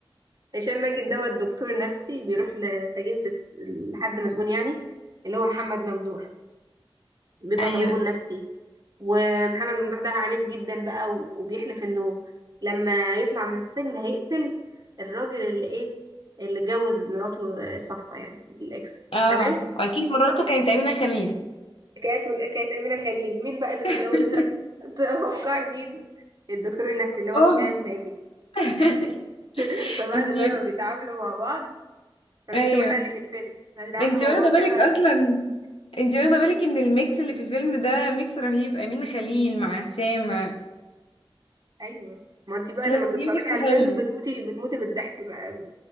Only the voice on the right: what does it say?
هشام ماجد ده هو الدكتور النفسي بيروح لسجين في الس- لحد مسجون يعني اللي هو محمد ممدوح بيبقى
طبيبه النفسي ومحمد ممدوح ده عنيف جدا بقى و- وبيحلف انه لما يطلع من السجن هيقتل الراجل اللي ايه اللي اتجوز مراته السابقة يعني الاكس
تمام
كانت من كانت أمينة خليل مين بقى اللي متجوزها
توقعي مين الدكتور النفسي اللي هو
هشام ماجد
<laughs> فبعد
بقى ما بيتعاملوا مع بعض انا
كده بحرق لك الفيلم ما بيتعاملوا
مع
بعض
بقى
ايوه ما انت بقى
لما بتتفرجي
على
الفيلم بتموتي بتموتي من الضحك بقى